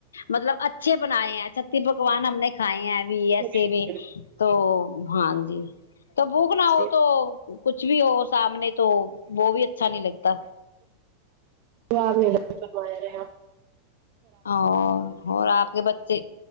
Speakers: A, on the left (about 85°); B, on the right (about 55°).
A: مطلب اچھے بناائے ہیں چھتی پکوان ہم نے کھائے ہیں بھی ایسے
B: بالکل
A: بھی تو ہاں جی تو بھک نہ
B: جی
A: ہو تو کچھ بھی ہو سامنے تو وہ بھی اچھا نہیں لگتا
B: تو م فرمایا رہیا
A: اور اور آپ کے بچے